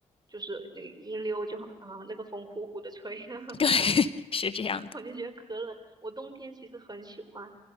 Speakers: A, on the right; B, on the left.
A: 就是那个一溜就很啊，那个风呼呼的吹，<laughs>
B: 对，<laughs> 是这样的。
A: 我就觉得可冷。我冬天其实很喜欢，